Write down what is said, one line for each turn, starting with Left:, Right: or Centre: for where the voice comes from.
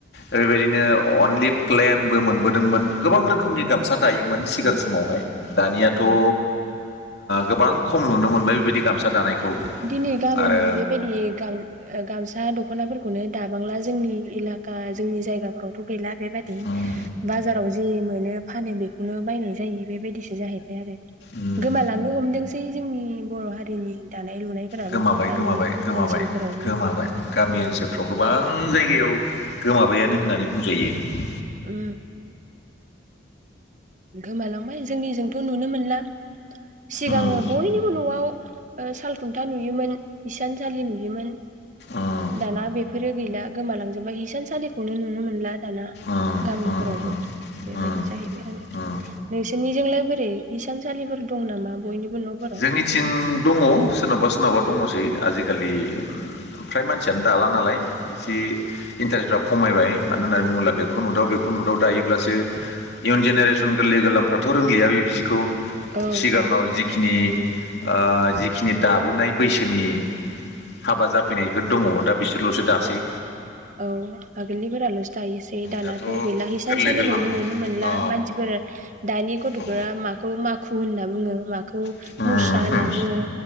Left: ओरैबायदिनो अनलि प्लेनबो मोनबोदोंमोन। गोबां रोखोमनि गामसा दायोमोन सिगां
Right: उम
Left: समावहाय। दानियाथ'
Right: उम
Left: ओ गोबां खम नुनो मोनबाय बेबायदि गामसा दानायखौ।
Right: दिनै गाबोन
Left: आरो
Right: बेबायदि गाम ओ गामसा दख'नाफोर खौनो दाबांला जोंनि एलाका जोंनि जायगाफोरावथ' गैला बेबायदि।
Left: उम
Right: बाजाराव जि मोनो फानो बेखौनो बायनाय जायो। बेबायदिसो जाहैबाय आरो।
Left: उम
Right: गोमालांनो हमदोंसै जोंनि बर' हारिनि दानाय लुनायफोराबो
Left: गोमाबाय
Right: गामि
Left: गोमाबाय गोमाबाय
Right: ओनसोलफोरावबो
Left: गोमाबाय
Right: औ
Left: गामि ओनसोलफ्राव गोबां जायगायाव गोमाबायानो होननानै बुंजायो।
Right: उम। गोमालांबाय जोंनिजोंथ' नुनो मोनला। सिगाङो
Left: उम
Right: बयनिबो न'आव ओ साल खुन्था नुयोमोन इसानसालि नुयोमोन,
Left: उम
Right: दाना बेफोरो गैला गोमालांजोबाय हिसानसालिखौनो नुनो मोन ला दाना
Left: उम
Right: गामिफोरावबो
Left: उम उम
Right: बेबायदि
Left: उम
Right: जाहैबाय आरो।
Left: उम
Right: नोंसिनिजोंलाय बोरै इसानसालिफोर दं नामा बयनिबो न'फोराव
Left: जोंनिथिं दङ' सोरनावबा सोरनावबा दङ'सै आजिखालि फ्राय मानसियानो दाला नालाय एसे इन्टारेस्टफ्रा खमायबाय मानो होननानै बुङोब्ला बेखौ नुदाव बेखौ नुदाव दायोब्लासो इयुन जेनेरेसन गोरलै गोरलामफ्राथ' रोंलिया बे जिखौ
Right: औ
Left: सिगाङाव
Right: औ औ।
Left: जिखिनि ओ जिखिनि दाबोनाय बैसोनि हाबा जाफैनायफोर दङ' दा बिसोरल'सो दासै।
Right: औ आगोलनिफोराल'सो दायोसै दानाथ'
Left: दाथ'
Right: गैला। हिसानसालिखौनो
Left: गोरलै गोरलाम
Right: नुनो मोनला
Left: अ
Right: मानसिफोरा दानि गथ'फोरा
Left: औ
Right: माखौ माखु होनना बुङो माखौ मु-मुस्रा
Left: उम
Right: होनना
Left: होम
Right: बुङो